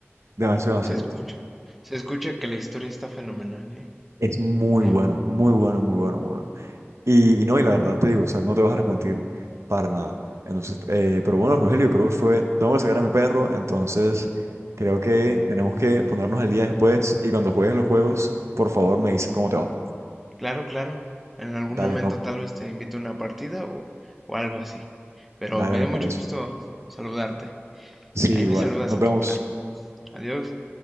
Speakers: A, on the right; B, in the centre.
A: Demasiado, demasiado
B: Se escucha.
A: divertido.
B: Se escucha que la historia está fenomenal, ¿eh?
A: Es muy
B: Em,
A: bueno, muy bueno, muy bueno, muy bueno. Y, y no, y la verdad te digo, o sea, no te vas a arrepentir para nada. Entonces, eh, pero bueno, Rogelio, creo que fue, tengo que sacar a mi perro, entonces creo que tenemos que ponernos al día después y cuando juegues los juegos, por favor me dices cómo te va.
B: Claro, claro. En algún
A: Dale,
B: momento
A: no,
B: tal vez te invito a una partida o, o algo así. Pero
A: dale,
B: me
A: me
B: dio
A: parece.
B: mucho gusto saludarte.
A: Sí,
B: Ahí
A: igual,
B: me saludas
A: nos
B: a
A: vemos.
B: tu perro. Adiós.